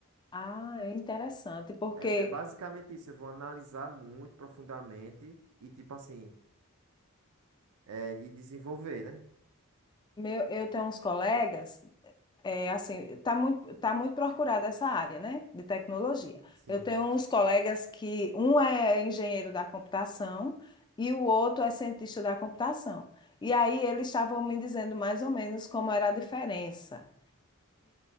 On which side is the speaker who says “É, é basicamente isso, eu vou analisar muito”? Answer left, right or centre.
Right